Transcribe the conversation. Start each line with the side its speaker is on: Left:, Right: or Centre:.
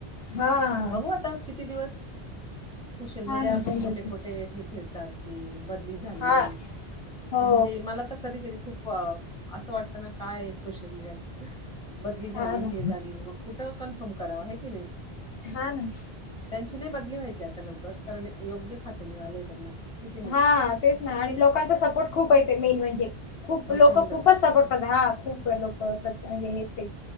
Left: हा
Centre: बघू आता किती दिवस सोशल
Left: हा
Centre: मीडियावर
Left: ना
Centre: मग
Left: त्यांच्यात
Centre: खोटे खोटे हे फिरतात कि बदली झाली
Left: हा हो
Centre: म्हणजे मला तर कधी कधी खूप असं वाटतं ना काय सोशल मीडिया बदली
Left: हा
Centre: झाली
Left: ना
Centre: हे झाली मग कुठं कन्फर्म करावा आहे की नाही
Left: हां ना
Centre: त्यांची नाही बदली व्हायची आता लवकर कारण योग्य खातं मिळालंय त्यांना हे की नाही.
Left: हा तेच ना आणि लोकांचा सपोर्ट खूप येत मेन म्हणजे खूप
Centre: प्रचंड
Left: लोक खूपच सपोर्ट करतात हा खू लोक म्हणजे हेच